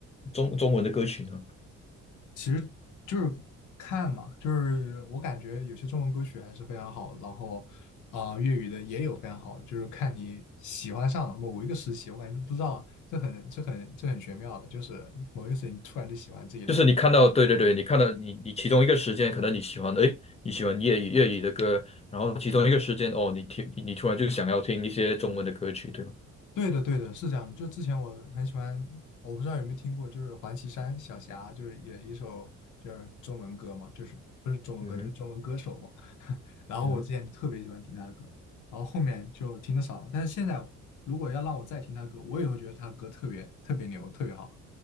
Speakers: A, on the left; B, on the left.
A: 中中文的歌曲呢？
B: 其实就是看嘛，就是我感觉有些中文歌曲还是非常好的，然后啊、呃粤语的也有非常好的，就是看你喜欢上某一个时期，我感觉不知道这很这很这很玄妙的，就是某一个时期你突然就喜欢这一类
A: 就是你看到，对对对，你看到你你其中一个时间，可能你喜欢，诶，你喜欢粤语粤语的歌，然后其中一个时间，哦，你听你你突然就想要听一些中文的歌曲，对吗？
B: 对的，对的，是这样的。就之前我很喜欢，我不知道有没有听过，就是黄绮珊小霞，就是也一首就是中文歌嘛，就是不是中文歌，
A: 嗯哼，
B: 就是中文歌手嘛。<laughs> 然后我之前特别喜欢听她的歌，
A: 嗯哼，
B: 然后后面就听的少了。但是现在如果要让我再听她歌，我也会觉得她歌特别特别牛，特别好。